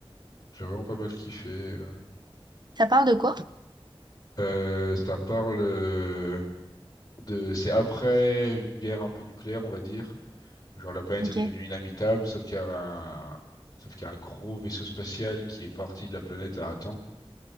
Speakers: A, on the left; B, on the right.
A: J'ai vraiment pas mal kiffé. euh.
B: Ça parle de quoi?
A: Euh, ça parle euh, de... C'est après une guerre un peu nucléaire, on va dire. Genre la planète
B: Ok.
A: est devenue inhabitable, sauf qu'il y a un, sauf qu'il y a un gros vaisseau spatial qui est parti de la planète à un temps